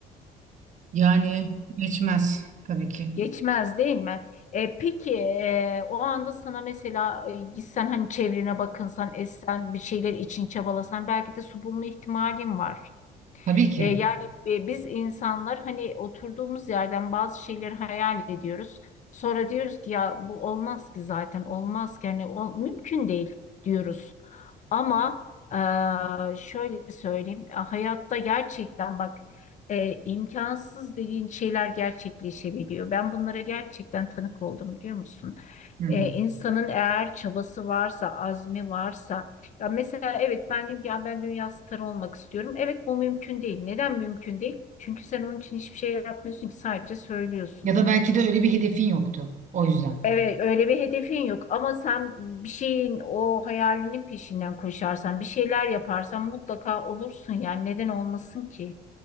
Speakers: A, on the right; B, on the left.
A: Yani geçmez tabii ki.
B: Geçmez değil mi? E, peki e, o anda sana mesela e, gitsen hani çevrene bakınsan, etsen, bir şeyler için çabalasan belki de su bulma ihtimalin var.
A: Tabii ki.
B: E, yani e, biz insanlar hani oturduğumuz yerden bazı şeyleri hayal ediyoruz. Sonra diyoruz ki ya bu olmaz ki zaten olmaz ki hani ol- mümkün değil diyoruz. Ama e, şöyle söyleyeyim e, hayatta gerçekten bak e, imkansız dediğin şeyler gerçekleşebiliyor. Ben bunlara gerçekten tanık oldum biliyor musun?
A: Hı.
B: E, insanın eğer çabası varsa, azmi varsa ya mesela evet ben diyeyim ki ya ben dünya starı olmak istiyorum. Evet bu mümkün değil. Neden mümkün değil? Çünkü sen onun için hiçbir şey yapmıyorsun ki sadece söylüyorsun.
A: Ya da belki de öyle bir hedefin yoktu. O yüzden.
B: Evet öyle bir hedefin yok ama sen bir şeyin o hayalinin peşinden koşarsan bir şeyler yaparsan mutlaka olursun yani neden olmasın ki?